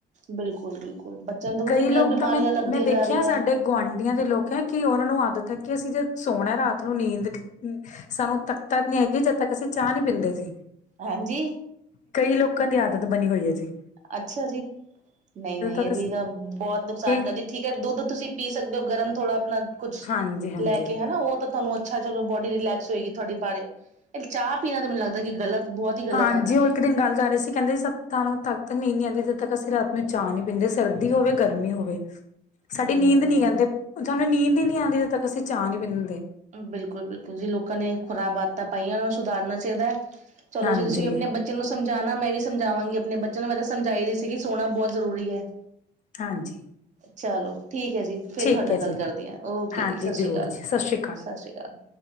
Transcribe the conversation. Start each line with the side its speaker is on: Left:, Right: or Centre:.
Right: ਬਿਲਕੁਲ ਬਿਲਕੁਲ ਬਿਲਲ ਬੱਚਿਆਂ ਨੂੰ ਦੇਖੋ
Left: ਕਈ
Right: ਕਿੰਨੀਆਂ
Left: ਲੋਕ
Right: ਬਿਮਾਰੀਆਂ
Left: ਤਾਂ ਮੈਂ
Right: ਲੱਗਦੀਆਂ
Left: ਮੈਂ ਦੇਖਿਆ
Right: ਜਾ ਰਹੀਆਂ
Left: ਸਾਡੇ
Right: ਹੈ
Left: ਗੁਆਂਢੀਆਂ ਦੇ ਲੋਕ ਹੈਂ ਕਿ ਉਨਾਂ ਨੂੰ ਆਦਤ ਹੈ ਕਿ ਅਸੀਂ ਜੇ ਸੋਣਾ ਰਾਤ ਨੂੰ ਨੀਂਦ ਸਾਨੂੰ ਤਖ਼ਤ ਨੀ ਹੈਗੀ ਜਦ ਤੱਕ ਅਸੀਂ ਚਾਹ ਨੀ ਪੀਂਦੇ ਸੀ
Right: ਹਾਂਜੀ
Left: ਕਈ ਲੋਕਾਂ ਦੀ ਆਦਤ ਬਣੀ ਹੋਈ ਹੈ ਜ
Right: ਅੱਛਾ ਜੀ ਨਹੀਂ ਨਹੀਂ
Left: ਤੱਕ
Right: ਇਹ ਵੀ
Left: ਅਸੀਂ
Right: ਤਾਂ ਬਹੁਤ ਨੁਕਸਾਨ
Left: ਇਹ
Right: ਕਰਦੀ ਠੀਕ ਹੈ ਦੁੱਧ ਤੁਸੀਂ ਪੀ ਸਕਦੇ ਹੋ ਗਰਮ ਥੋੜ੍ਹਾ ਆਪਣਾ ਕੁੱਛ
Left: ਹਾਂਜੀ ਹਾਂਜੀ
Right: ਲੈ ਕੇ ਹਨਾ ਉਹ ਤਾਂ ਤੁਹਾਨੂੰ ਅੱਛਾ ਚਲੋ ਬੋਡੀ ਰਿਲੈਸ ਹੋਏਗੀ ਤੁਹਾਡੀ ਬਾਰੇ ਚਾਹ ਪੀਣਾ ਤਾਂ ਮੈਨੂੰ ਲੱਗਦਾ ਕਿ ਗਲਤ ਬਹੁਤ ਹੀ ਗ਼ਲਤ
Left: ਹਾਂਜੀ
Right: ਆਦਤ
Left: ਉਹ
Right: ਹੈ
Left: ਇੱਕ ਦਿਨ ਗੱਲ ਕਰ ਰਹੇ ਸੀ। ਕੈਂਦੇ ਸੱਤਾਂ ਨੂੰ ਤੱਕ ਨੀ ਨੀ ਆਉਂਦੀ ਜਿੱਦੋਂ ਤੱਕ ਅਸੀਂ ਰਾਤ ਨੂੰ ਚਾਹ ਨੀ ਪੀਂਦੇ ਸਰਦੀ ਹੋਵੇ ਗਰਮੀ ਹੋਵੇ। ਸਾਡੀ
Right: ਹਮ
Left: ਨੀਂਦ ਨੀ ਕੈਂਦੇ ਸਾਨੂੰ ਨੀਂਦ ਹੀ ਨਹੀਂ ਆਂਦੀ ਜੋਂ ਤੱਕ ਅਸੀਂ ਚਾਹ ਨੀ ਪੀਂਦੇ
Right: ਬਿਲਕੁਲ ਬਿਲਕੁਲ ਜੀ ਲੋਕਾਂ ਨੇ ਖੁਰਾਬ ਆਦਤਾਂ ਪਾਈਆਂ ਉਹਨਾਂ ਨੂੰ ਸੁਧਾਰਨਾ ਚਾਹੀਦਾ ਹੈ ਚਲੋ
Left: ਹਾਂਜੀ
Right: ਜੀ ਤੁਸੀਂ ਵੀ ਆਪਣੇ ਬੱਚੇ ਬੱਚੇ ਨੂੰ ਸਮਝਾਉਣਾ, ਮੈਂ ਵੀ ਸਮਝਾਵਾਂਗੀ ਆਪਣੇ ਬੱਚਿਆਂ ਨੂੰ, ਮੈਂ ਤਾਂ ਸਮਝਾਈ ਦੀ ਸੀਗੀ ਸੋਣਾ ਬਹੁਤ ਜ਼ਰੂਰੀ ਹੈ
Left: ਹਾਂਜੀ
Right: ਚਲੋ, ਠੀਕ ਹੈ ਜੀ, ਫੇਰ
Left: ਠੀਕ
Right: ਤੁਹਾਡੇ ਨਾਲ
Left: ਹੈ
Right: ਗੱਲ
Left: ਜੀ
Right: ਕਰਦੀ ਹਾਂ, ਓਕੇ
Left: ਹਾਂਜੀ
Right: ਜੀ, ਸਤਿ
Left: ਜ਼ਰੂਰ
Right: ਸ੍ਰੀ ਅਕਾਲ
Left: ਜੀ ਸਤਿ ਸ੍ਰੀ ਅਕਾਲ
Right: ਸਤਿ ਸ੍ਰੀ ਅਕਾਲ